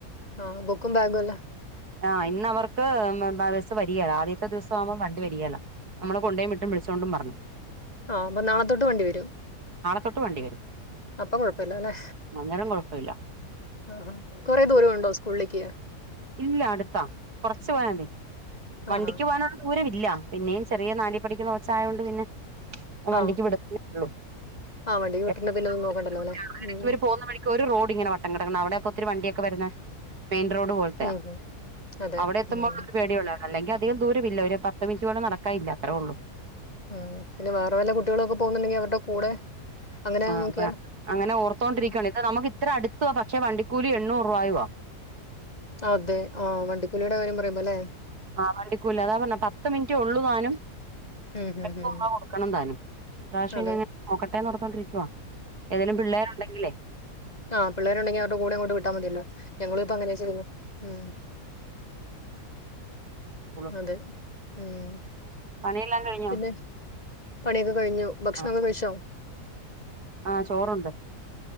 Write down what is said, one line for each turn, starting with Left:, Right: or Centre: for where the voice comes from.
Left: ആഹ് ബുക്കും ബാഗും എല്ല
Right: ആ ഇന്ന് അവർക്ക് ബസ്സ് വരികെല ആദ്യത്തെ ദിവസം ആവുമ്പം വണ്ടി വര്യല. നമ്മള് കൊണ്ടോയിം വിട്ടും വിളിച്ചോണ്ടും വരണം
Left: ആഹ് അപ്പൊ നാളതൊട്ട് വണ്ടി വരും.
Right: തൊട്ട് വണ്ടി വരും
Left: അപ്പം കൊഴപ്പല്ലാലെല്ലേ
Right: അന്നേരം കുഴപ്പമില്ല
Left: ആ കൊറെ ദൂരണ്ടോ സ്കൂളിലേക്ക്.
Right: ഇല്ല അടുത്താ കൊറച്ച് പോയാമതി വണ്ടിക്ക്
Left: ആഹാ
Right: പോവാനുള്ള ദൂരമില്ല പിന്നെയും ചെറിയ നാലി പഠിക്കുന്ന കൊച്ചായയത് കൊണ്ട് പിന്നെ വണ്ടിക്ക്
Left: ആഹ്
Right: വിട-ള്ളു <unintelligible>
Left: ആഹ് വണ്ടിക്ക്
Right: എടക്ക്
Left: വിട്ടിട്ട് പിന്നെ ഒന്നും നോക്കണ്ടല്ലോ അല്ലെ ഉം
Right: ഇവര് പോവുന്ന വഴി ഒരു റോഡ് ഇങ്ങനെ വട്ടം കിടക്ക്‌ന്ന അവ്‌ടെക്കെ ഒത്തിരി വണ്ടിയൊക്കെ വെരുന്ന മൈൻ റോഡ് പോലെ ത്തെ
Left: ഉം ഉം അതെ
Right: അവിടെ എത്തുമ്പോളുള്ള
Left: ഉം
Right: ഒരു പേടിയുള്ള അല്ലെങ്കി അധികം ദൂരമില്ല ഒരു പത്ത് മിനിറ്റ് കൂടെ നടക്കാൻ ഇല്ല അത്രേ ഒള്ളൂ.
Left: ആ പിന്നെ വേറെ വല്ല കുട്ടികളൊക്കെ പോകുന്നുണ്ടെങ്കി അവരുടെ കൂടെ അങ്ങനെ
Right: ആ
Left: നോക്കിയാലോ
Right: ഇപ്പ അങ്ങനെ ഓർത്തോണ്ടിരിക്കാണ്
Left: ഉം
Right: ഇത് നമുക്ക് ഇത്ര അടുത്തുവാ പക്ഷെ വണ്ടിക്കൂലി എണ്ണൂറ് രൂപായുവാ
Left: അതെ ആഹ് വണ്ടിക്കൂലിയുടെ കാര്യം പറയുമ്പോ ല്ലേ
Right: ആ വണ്ടിക്കൂലി അതാ പറഞ്ഞെ പത്ത് മിനിറ്റ് ഉള്ളു താനും
Left: ഉം ഉം
Right: എപ്പ
Left: ഉം
Right: വാടക കൊടുക്കണം താനും ഇപ്രാവശ്യ
Left: അതെ
Right: ഇനി അങ്ങനെ നോക്കട്ടേന്ന് പറഞ്ഞോണ്ടിരിക്കുവാ ഏതേലും പിള്ളേര് ഉണ്ടെങ്കിലേ.
Left: ആ പിള്ളേരുണ്ടെങ്കി അവരുടെ കൂടെ അങ്ങോട്ട് വിട്ടാ മതില്ലോ ഞങ്ങളും ഇപ്പം അങ്ങനെ ചെയ്യ്ന്നത് ഉം
Right: പറ്റുള്ളൂ
Left: അതെ ഉം
Right: പണിയെല്ലാം കഴിഞ്ഞോ
Left: പിന്നെ പണിയൊക്കെ കഴിഞ്ഞു ഭക്ഷണംക്കെ
Right: ആഹ്
Left: കഴിച്ചോ
Right: ആഹ് ചോറുണ്ടു